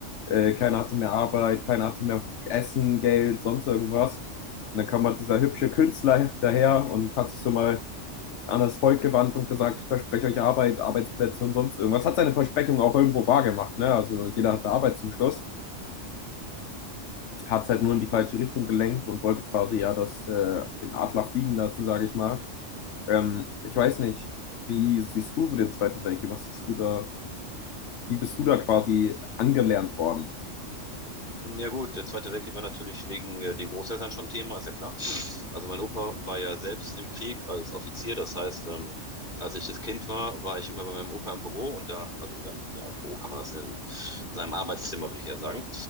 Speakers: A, on the left (about 70°); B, on the left (about 40°).
A: Äh, keiner hatte mehr Arbeit, keiner hatte mehr Essen, Geld, sonst irgendwas. Und dann kam halt dieser hübsche Künstler daher und hat sich so mal an das Volk gewandt und gesagt, ich verspreche euch Arbeit, Arbeitsplätze und sonst irgendwas. Hat seine Versprechung auch irgendwo wahrgemacht, ne? Also jeder hatte Arbeit zum Schluss. Hat es halt nur in die falsche Richtung gelenkt und wollte quasi ja das, äh, den Adler fliegen lassen, sage ich mal. Ähm, ich weiß nicht, wie siehst du so den Zweiten Weltkrieg? Was hast du da wie bist du da quasi angelernt worden?
B: Ja gut, der Zweite Weltkrieg war natürlich wegen äh, den Großeltern schon Thema, ist ja klar. Also mein Opa war ja selbst im Krieg als Offizier, das heißt, ähm, als ich das Kind war, war ich immer bei meinem Opa im Büro und da, also in seinem ja, Büro kann man das nennen, in seinem Arbeitszimmer würde ich eher sagen.